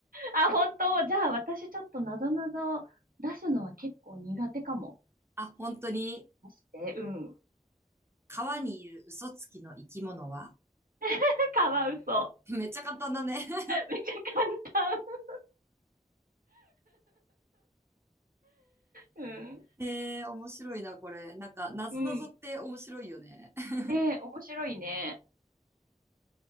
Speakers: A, on the right; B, on the right.
A: あ、本当じゃあ、私ちょっとなぞなぞ出すのは結構苦手かも。
B: あ、本当に
A: まして、うん。
B: 川にいる嘘つきの生き物は
A: <laughs> カワウソ。
B: <laughs> めっちゃ簡単だね <laughs>
A: めっちゃ簡単。うん。
B: えー、面白いな、これ。なんか、なぞなぞって面白いよね。
A: うん。
B: <laughs>
A: ね面白いね。